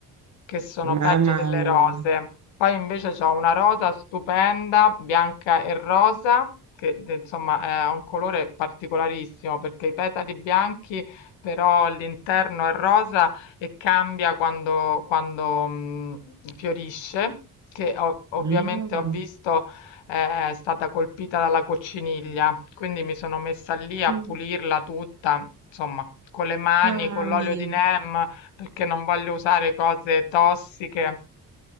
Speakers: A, on the left (about 75°); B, on the right (about 40°).
A: che sono
B: mamma
A: peggio delle
B: mia.
A: rose. Poi invece c'ho una rosa stupenda, bianca e rosa, che de- insomma è un colore particolarissimo perché i petali bianchi, però l'interno è rosa e cambia quando, quando, mh, fiorisce, che ho- ovviamente
B: Mm,
A: ho visto eh, è stata colpita dalla cocciniglia, quindi mi sono messa lì a
B: mm,
A: pulirla tutta, insomma, con le mani,
B: mamma
A: con l'olio
B: mia,
A: di neem, perché non voglio usare cose tossiche.